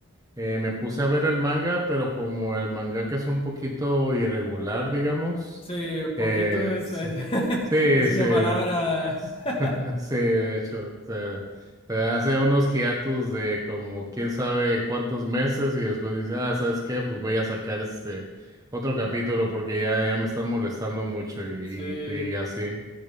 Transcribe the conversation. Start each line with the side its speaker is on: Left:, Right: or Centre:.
Right: Eh, me puse a ver el manga, pero como el manga que es un poquito irregular, digamos,
Left: Sí,
Right: eh,
Left: poquito es,
Right: sí,
Left: <laughs>
Right: sí,
Left: es una
Right: se-
Left: palabra.
Right: <laughs>
Left: <laughs>
Right: sí, de hecho, o se hace unos hiatus de como quién sabe cuántos meses y después dice, ah, ¿sabes qué? Pues voy a sacar este otro capítulo porque ya, ya me están molestando mucho y,
Left: Sí,
Right: y así.